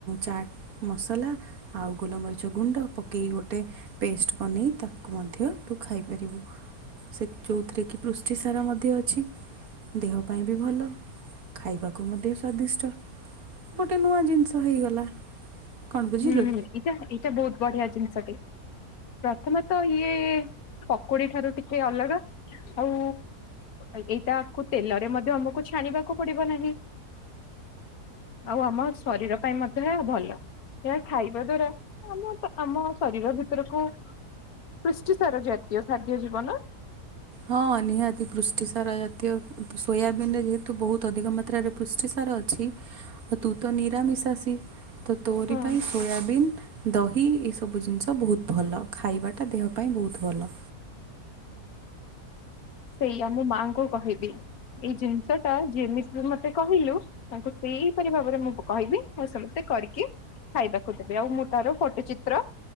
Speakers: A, on the right (about 65°); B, on the left (about 70°).
A: ଚାଟ୍ ମସଲା ଆଉ ଗୋଲମରିଚ ଗୁଣ୍ଡ ପକେଇକି ଗୋଟେ ପେଷ୍ଟ ବନେଇ ତାକୁ ମଧ୍ୟ ତୁ ଖାଇପାରିବୁ। ସେ ଯୋଉଥିରେ କି ପୃଷ୍ଟି ସାର ମଧ୍ୟ ଅଛି। ଦେହ ପାଇଁ ବି ଭଲ। ଖାଇବାକୁ ମଧ୍ୟ ସ୍ୱାଦିଷ୍ଟ। ଗୋଟେ ନୂଆ ଜିନିଷ ହେଇଗଲା। କଣ ବୁଝିଲୁ।
B: ହୁଁ। ଏଇଟା ଏଇଟା ବହୁତ୍ ବଢ଼ିଆ ଜିନିଷଟେ। ପ୍ରଥମେ ତ ଇଏ ପକୁଡି ଠାରୁ ଟିକେ ଅଲଗା। ଆଉ ଏଇଟାକୁ ତେଲରେ ମଧ୍ୟ ଆମକୁ ଛାଣିବାକୁ ପଡିବ ନାହିଁ। ଆଉ ଆମ ଶରୀର ପାଇଁ ମଧ୍ୟ ଏହା ଭଲ। ଏହା ଖାଇବା ଦ୍ଵାରା ଆମ ଆମ ଶରୀର ଭିତରକୁ ପୃଷ୍ଟିସାର ଜାତୀୟ ଖାଦ୍ୟ ଜୀବ ନା।
A: ହଁ ନିହାତି। ପୃଷ୍ଟିସାର ଜାତୀୟ ସୋୟାବିିନ ରେ ଯେହେତୁ ବହୁତ୍ ଅଧିକ ମାତ୍ରାରେ ପୃଷ୍ଟିସାର ଅଛି, ତୁ ତ ନିରାମିଶାସି ତ ତୋରି
B: ହଁ
A: ପାଇଁ ସୋୟାବିନ୍ ଦହି ଏସବୁ ଜିନିଷ ବହୁତ୍ ଭଲ। ଖାଇବାଟା ଦେହ ପାଇଁ ବହୁତ୍ ଭଲ।
B: ସେଇଆ ମୁଁ ମାଙ୍କୁ କହିବି। ଏଇ ଜିନିଷ ଟା ଯେମିତି ତୁ ମତେ କହିଲୁ ତାଙ୍କୁ ସେଇପରି ଭାବରେ ମୁଁ କହିବି ଆଉ ସେ ମତେ କରିକି ଖାଇବାକୁ ଦେବେ। ଆଉ ମୁଁ ତାର ଫୋଟୋ ଚିତ୍ର